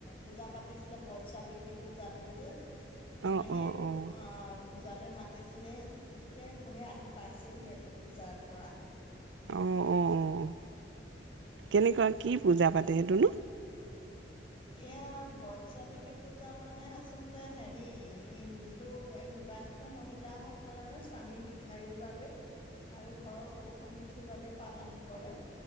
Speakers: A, on the left; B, on the right.
A: পূজা পাতিছিলে বট চ্ৰাৱিত্ৰী পূজাতটো যে উম
B: অ',
A: সেই
B: অ',
A: পু
B: অ',
A: অঁ পূজালৈ মাতিছিলে এতিয়া পোনে আহি পাইছোহিহে পূজাৰ পৰা
B: অঁ অঁ অঁ কেনেকুৱা কি পূজা পাতে সেইটোনো
A: এয়া বটস্ৰাৱিত্ৰী পূজা মানে আচলতে হেৰি হিন্দু এই বিবাহিত মহিলাসকলে মানে স্বামী দীৰ্ঘায়ুৰ বাবে আৰু ঘৰৰ সুখ সমৃদ্ধিৰ বাবে পালন কৰে।